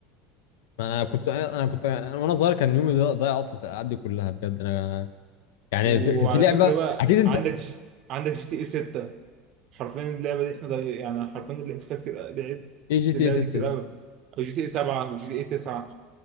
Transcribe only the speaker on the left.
انا كنت انا كنت أنا وانا صغير كان يومي ضايع ضايع اصلا في الالعاب دي كلها بجد انا يعني
في... كانت في لعبه
اكيد انت
ايه جي تي
اي 6
دي